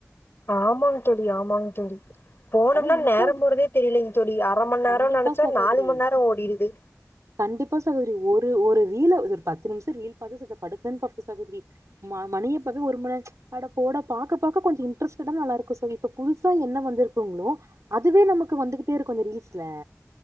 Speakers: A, on the left; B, on the right.
A: ஆமாங் தோழி ஆமாங் தோழி போனம்னா
B: ஆனா இன்ஸ்டா
A: நேரம் போறதே தெரியலிங் தோழி அர மண் நேரோ
B: கண்டிப்பா
A: நெனச்சா
B: சகோதரி
A: நாலு மண் நேரோ ஓடிடுது
B: கண்டிப்பா சகோதரி ஒரு ஒரு ரீல ஒரு பத்து நிம்ஷோ ரீல் பாத்து செத்த படுக்கலான் பாப்பே சகோதரி ம மணிய பாத்தா ஒரு மண் நே அட போட பாக்க பாக்க கொஞ்ச இன்ட்ரெஸ்டடா நல்லாருக்கு சோ இப்ப புதுசா என்ன வந்திருக்குங்ளோ அதுவே நமக்கு வந்துகிட்டே இருக்கு அந்த ரீல்ஸ்ல